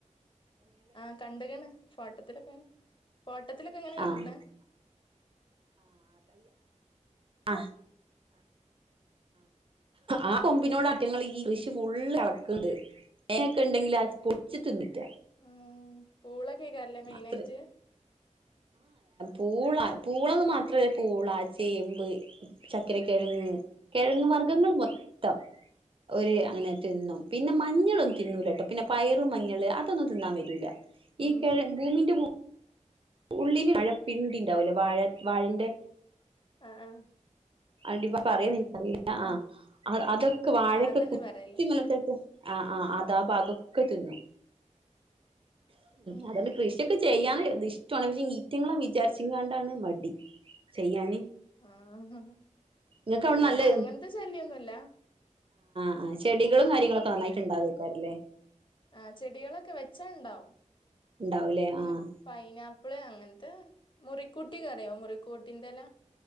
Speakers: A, on the left (about 40°); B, on the right (about 45°).
A: ആഹ് കണ്ടക്ക്ണ് ഫോട്ടത്തിലൊക്കെ ഫോട്ടത്തിലൊക്കെങ്ങനെ കണ്ട്ണ്
B: ആഹ് ആഹ് ആഹ് കൊമ്പിനോട് അറ്റങ്ങൾ
A: ഉം
B: ഈ കൃഷി ഫുള്ള്അള ക്ക്ണ്ട് എക്ക്ണ്ടെങ്കിൽ ആ പൊച്ച് തിന്നിറ്റ
A: ആഹ് പൂളക്കേക്കാരലെ മെയിനായിട്ട്
B: അത്ര പൂളാ പൂളന്ന് മാത്രല്ല പൂളാ ചേമ്പ് ചക്കര കെഴങ്ങ് കെഴങ്ങ് വർഗ്ഗങ്ങൾ
A: ഉം
B: മൊത്തം ഒരു അങ്ങനെ തിന്നും പിന്നെ മഞ്ഞളൊന്നും തിന്നൂലട്ടോ പിന്നെ പയറും മഞ്ഞള് അതൊന്നും തിന്നാൻ വരൂല. ഈ
A: ഉം
B: ക ഭൂമിന്റെ ഉള്ളി വാഴപ്പിണ്ടിണ്ടാവല്ലേ വാഴ വാഴന്റെ
A: ആ ആ
B: <unintelligible> പറയാ നിനിക്കറിയില്ല ആ
A: ആഹ്
B: അതൊക്കെ വാഴൊക്കെ
A: ആഹ് അതന്നെ
B: കുത്തി
A: പറയല്
B: <unintelligible> ആ ആ അതാ ഭാഗൊക്കെ തിന്നു.
A: ഉം
B: അതോണ്ട് കൃഷിയൊക്കെ ചെയ്യാന് തിഷ്ടാണ് പക്ഷെ ഈറ്റങ്ങളെ വിചാരിച്ച്ങ്ങാണ്ടാണ് മടി ചെയ്യാന്
A: ആഹ ആ
B: നിങ്ങൾക്ക് അവിടെ
A: ഇവിടെ
B: നല്ല
A: അങ്ങൻത്തെ ശല്യയൊന്നുല്ല
B: ആ ചെടികളും കാര്യങ്ങളൊക്കെ നന്നായിട്ടുണ്ടാവക്കാരല്ലേ
A: ആ ചെടികളൊക്കെ വെച്ചാണ്ടാവും
B: ഉണ്ടാവൂലേ
A: ങ്ങനെ
B: ആഹ്
A: പൈനാപ്പിള് അങ്ങൻത്തെ മുറിക്കൂട്ടി കറിയോ മുറിക്കൂട്ടിന്റെല